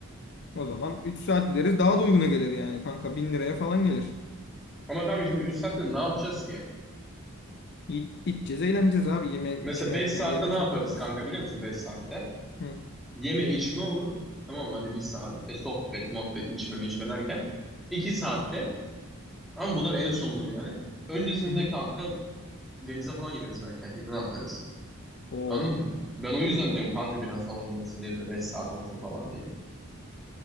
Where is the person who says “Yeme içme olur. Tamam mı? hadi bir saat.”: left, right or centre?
Centre